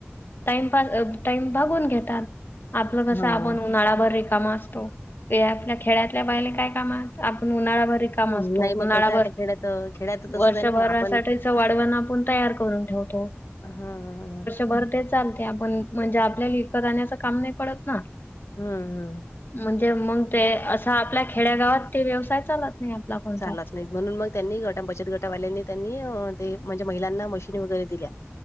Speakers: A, on the left; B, on the left.
A: टाइमपास टाइम भागून घेतात. आपलं
B: हां.
A: कसं आपण उन्हाळाभर रिकामं असतो आपल्या खेड्यातल्या बाहिले काय काम आहे आपण उन्हाळाभर रिकामं
B: हं,
A: असतो
B: नाही मग
A: उन्हाळाभर
B: कसं आहे आता खेड्यात अ, खेड्यात तर
A: वर्ष
B: तसंच आहे
A: वर्षभरासाठी
B: ना मग आपण
A: वाळवण आपण तयार करून ठेवतो
B: हां, हां, हां.
A: भर ते चालते आपण म्हणजे आपल्याला विकत आणण्याच काम नाही पडत ना
B: हं, हं.
A: म्हणजे मग ते असं आपल्या खेड्यागावात ते व्यवसाय चालत नाही. कोणताच.
B: चालत नाही. म्हणून मग त्यांनी गट बचत गटावाल्यांनी त्यांनी ते म्हणजे महिलांना मशीन वगैरे दिल्या.